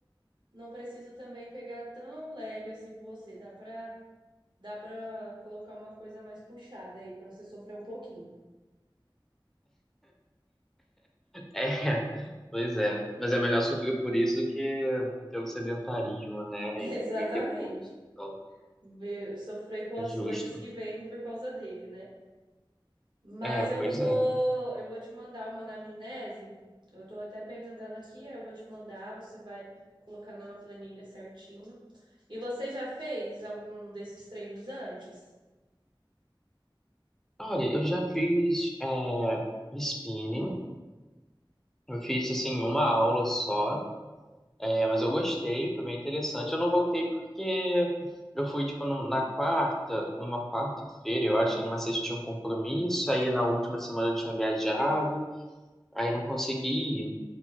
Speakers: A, on the right; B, in the centre.
A: não preciso também pegar tão leve assim com você. Dá pra, dá pra colocar uma coisa mais puxada aí, pra você sofrer um pouquinho.
B: É, Pois é. Mas é melhor sofrer por isso do que ter o sedentarismo, né?
A: <laughs> Exatamente.
B: E que vem depois. Então,
A: Ver- Sofrer com
B: é
A: as
B: justo.
A: coisas que vêm por causa dele, né? Mas
B: É,
A: eu
B: pois
A: vou,
B: é.
A: eu vou te mandar uma anamnese. Eu tô até pegando ela aqui, aí eu vou te mandar, você vai colocar numa planilha certinho. E você já fez algum desses treinos antes?
B: Olha, eu já fiz é, spinning. Eu fiz, assim, uma aula só. É, mas eu gostei, foi bem interessante. Eu não voltei porque eu fui, tipo, num- na quarta, numa quarta-feira, eu acho, e numa sexta eu tinha um compromisso. Aí na última semana eu tinha viajado. Aí não consegui ir.